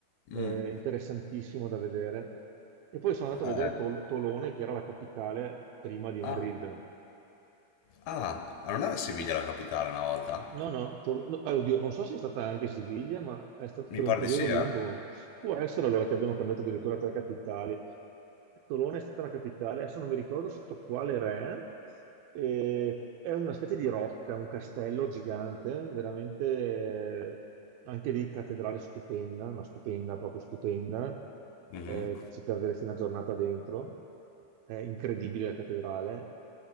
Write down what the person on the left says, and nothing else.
mhm.
Eh,
ah,
ah, ma non era Siviglia la capitale una volta?
Mi
pare
di sì, eh?
Mhm,